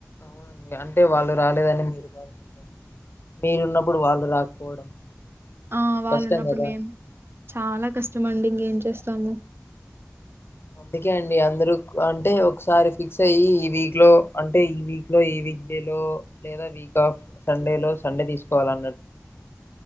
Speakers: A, on the left; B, on the right.
A: అవునండి అంటే వాళ్ళు రాలేదని మీరు బాధపడు మీరు ఉన్నప్పుడు వాళ్లు రాకపోవడం
B: ఆ వాళ్ళు
A: కష్టం
B: ఉన్నప్పుడు
A: కదా
B: మేం చాలా కష్టము అండి నువ్ ఏం చేస్తానావు
A: అందుకే అండి అందరూ ఉక్ అంటే ఒకసారి ఫిక్స్ అయ్యి ఈ వీక్లో అంటే ఈ వీక్లో ఈ వీక్ డే లో లేదా వీక్ ఆఫ్ సండేలో సండే తీసుకోవాలన్న